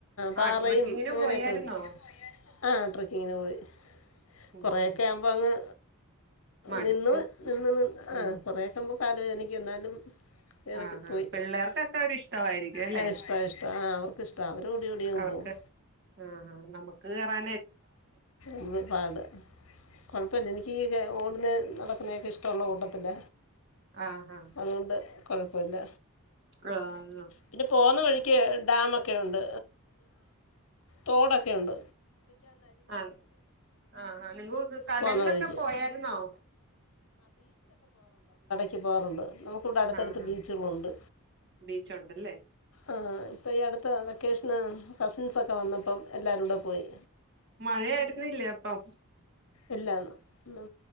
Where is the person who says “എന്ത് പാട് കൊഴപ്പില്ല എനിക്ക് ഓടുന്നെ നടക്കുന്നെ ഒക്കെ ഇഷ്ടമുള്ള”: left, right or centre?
Left